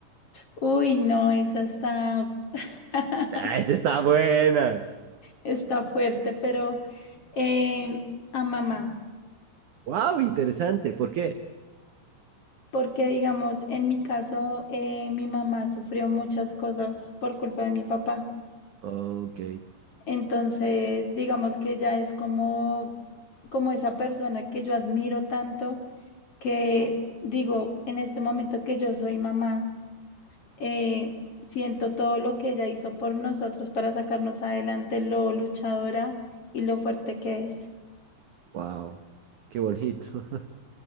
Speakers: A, on the left; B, on the right.
A: Uy, no, esa está, <laughs>
B: Ah, esa está buena.
A: está fuerte, pero eh, a mamá.
B: Wow, interesante. ¿Por qué?
A: Porque, digamos, en mi caso, eh, mi mamá sufrió muchas cosas por culpa de mi papá.
B: Ok,
A: Entonces, digamos que ella es como, como esa persona que yo admiro tanto, que digo, en este momento que yo soy mamá, eh, siento todo lo que ella hizo por nosotros para sacarnos adelante, lo luchadora y lo fuerte que es.
B: wow, qué bonito. <laughs>